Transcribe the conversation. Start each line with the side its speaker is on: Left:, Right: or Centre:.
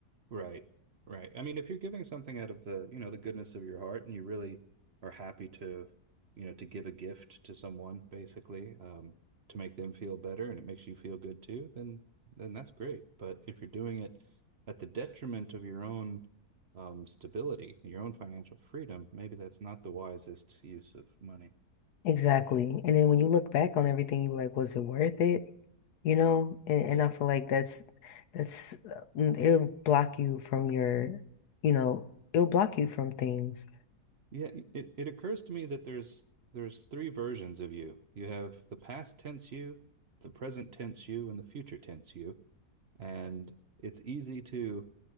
Right: Right. Right. I mean, if you're giving something out of the, you know, the goodness of your heart and you really are happy to, you know, to give a gift to someone, basically, um, to make them feel better and it makes you feel good too, then then that's great. But if you're doing it at the detriment of your own um stability, your own financial freedom, maybe that's not the wisest use of money.
Left: Exactly. And then when you look back on everything, you're like, was it worth it? You know? And
Right: Yeah.
Left: and I feel like that's that's uh, mm, it'll block you from your, you know, it'll block you from things.
Right: Yeah, it, it occurs to me that there's there's three versions of you. You have the past tense you, the present tense you, and the future tense you. And it's easy to